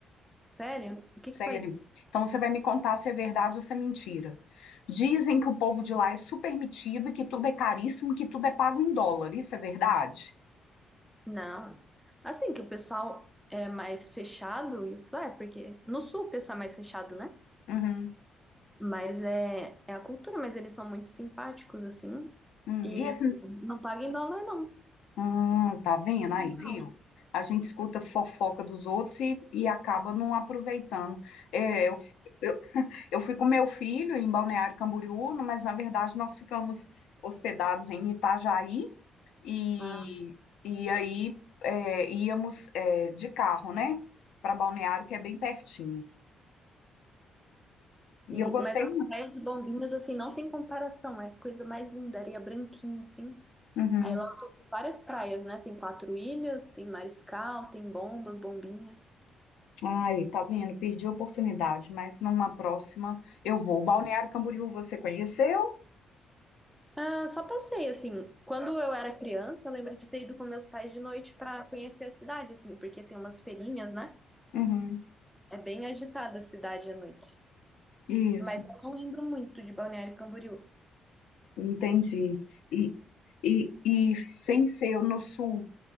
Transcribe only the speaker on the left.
Sério.
Então você vai me contar se é verdade ou se é mentira. Dizem que o povo de lá é super metido e que tudo é caríssimo, que tudo é pago em dólar. Isso é verdade?
Uhum,
uhum.
E esse,
hum, tá vendo aí,
viu? A gente escuta fofoca dos outros e, e acaba não aproveitando. É, eu, eu, eu fui com meu filho em Balneário Camboriú, mas na verdade nós ficamos hospedados em Itajaí e,
e aí é, íamos é, de carro, né? Para Balneário, que é bem pertinho. E
eu gostei
muito.
Uhum.
Ai, tá vendo? Perdi a oportunidade, mas numa próxima eu vou. Balneário Camboriú, você conheceu?
Uhum,
isso,
entendi. E, e, e sem ser no sul,